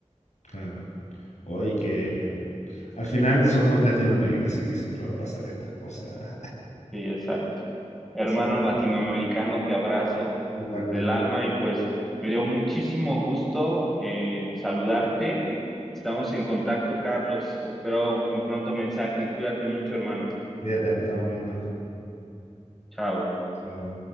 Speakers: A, on the left; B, in the centre.
A: Claro. Hoy que al final somos Latinoamérica, así que siempre va a pasar estas cosas.
B: Sí, exacto. Hermano
A: <laughs>
B: latinoamericano, te abrazo
A: Igualmente,
B: desde el alma y pues me dio muchísimo gusto eh, saludarte. Estamos en contacto, Carlos. Espero un pronto mensaje. Cuídate mucho, hermano.
A: cuídate, nos estamos viendo.
B: Chao.
A: Chao.